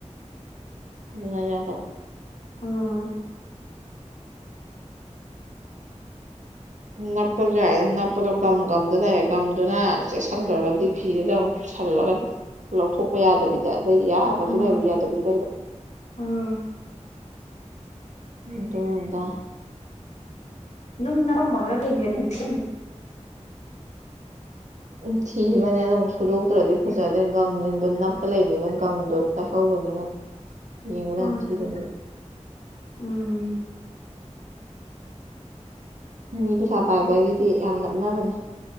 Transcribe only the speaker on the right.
ꯎ ꯌꯥ ꯇꯕ <inaudible>
ꯅꯞꯄꯁꯨ ꯌꯥꯏꯅ ꯅꯞꯄꯗꯣ ꯒꯝ ꯒꯝꯗ ꯂꯩꯔꯦ ꯒꯝꯗꯨꯅ ꯆꯦꯛꯁꯤꯟꯈ꯭ꯔꯒꯗꯤ ꯐꯤꯗꯨꯗ ꯑꯃꯨꯛ ꯁꯜꯂꯒ ꯂꯧꯊꯣꯛꯄ ꯌꯥꯗꯕꯤꯗ ꯑ ꯌꯥ ꯄꯁꯨ
ꯂꯩꯕ ꯌꯥꯗ ꯀꯕ
ꯍꯇꯅꯗ
ꯎ ꯊꯤꯕꯅꯦ ꯑꯗꯨꯝ ꯁꯨꯗꯣꯛꯇ꯭ꯔꯗꯤ ꯐꯖꯗꯦ ꯒꯝꯁꯤꯡꯗꯣ ꯅꯞꯄ ꯂꯩꯕꯅꯤꯅ ꯒꯝꯗꯣ ꯇꯥꯏꯍꯧꯕ ꯗ ꯌꯦꯟ ꯀꯇꯅꯤ
ꯃꯤꯅꯤ ꯄꯩꯁꯥ ꯄꯥꯏꯕꯒꯤꯗꯤ ꯌꯥꯝ ꯅꯞꯅꯕꯅꯦ